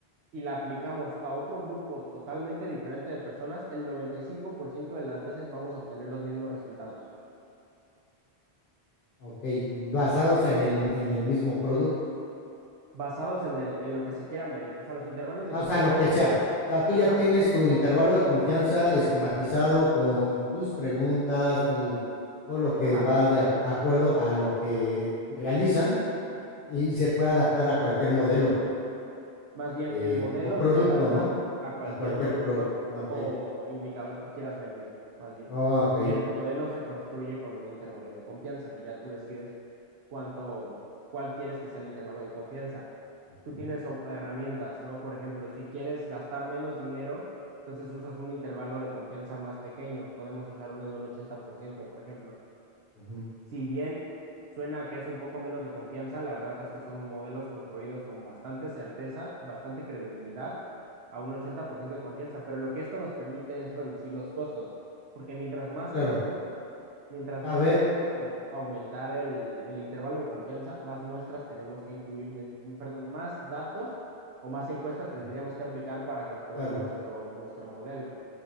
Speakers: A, on the right; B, on the left.
A: y la aplicamos a otro grupo totalmente diferente de personas, el 95% de las veces vamos a obtener los mismos resultados,
B: Ok, mm, basados en el, en el mismo producto.
A: basados en, el, en lo que se quiera medir. O sea, los intervalos de
B: Ah,
A: confianza,
B: o sea, lo que sea. O sea, tú
A: ajá,
B: ya tienes tu intervalo de confianza esquematizado con tus preguntas, tu, todo lo que
A: ajá,
B: va de acu- acuerdo a lo que realizan y se puede adaptar a cualquier modelo
A: Más bien,
B: eh,
A: el modelo
B: o producto,
A: se adapta
B: ¿no?
A: a cualquier
B: A cualquier
A: producto
B: pro- Ok.
A: o indicador que quieras medir, más bien.
B: Ah, ok.
A: Y el modelo se construye con un intervalo de confianza y ya tú decides cuánto, cuál quieres que sea el intervalo de confianza.
B: Ujú,
A: Tú tienes o- herramientas, ¿no? Por ejemplo, si quieres gastar menos dinero, entonces usas un intervalo de confianza más pequeño. Podemos usar uno de un ochenta por ciento por ejemplo
B: ujú.
A: si bien suena que es un poco menos de confianza, la verdad es que son modelos construidos con bastante certeza, bastante credibilidad, a un 80% de confianza, pero lo que esto nos permite es reducir los costos, porque mientras más
B: Sí, claro.
A: queremos, mientras
B: Saber.
A: más queremos aumentar el, el intervalo de confianza, más muestras tenemos que incluir, de- perdón, más datos o más encuestas tendríamos
B: mm,
A: que aplicar para construir
B: Claro,
A: nuestro, nuestro modelo.